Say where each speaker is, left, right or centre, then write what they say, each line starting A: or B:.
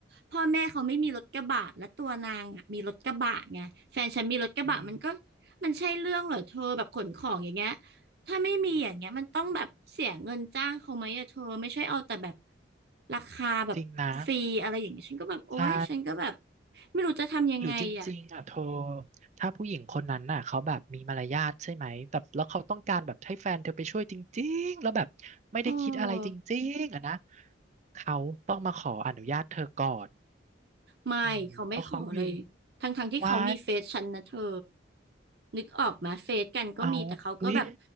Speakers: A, on the right; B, on the right.
A: พ่อแม่เขาไม่มีรถกระบะและตัวนางอะมีรถกระบะไงแฟนฉันมีรถกระบะมันก็
B: อืม
A: มันใช่เรื่องเหรอเธอแบบขนของอย่างเงี้ยถ้าไม่มีอย่างเงี้ยมันต้องแบบเสียเงินจ้างเขาไหมอะเธอไม่ใช่เอาแต่แบบราคาแบบฟรีอะไรอย่างเงี้ยฉันก็แบบโอ๊ยฉันก็แบบ
B: จริงนะใช่
A: ไม่รู้จะทำยังไงอะ
B: หรือจริงๆอ่ะเธอถ้าผู้หญิงคนนั้นน่ะเขาแบบมีมารยาทใช่ไหมแต่แล้วเขาต้องการแบบให้แฟนเธอไปช่วยจริงๆแล้วแบบไม่ได้คิดอะไรจริงๆอ่ะนะ
A: โอ้
B: เขาต้องมาขออนุญาตเธอก่อน
A: ไม่เขาไม่ขอเลย
B: อืมเพราะเขายืน
A: ทั้งทั้งที่เขามีเฟซฉันนะเธอ
B: ไว้
A: นึกออกไหมเฟซกันก็มีแต่เขาก็แบบ
B: เอาอุ๊ย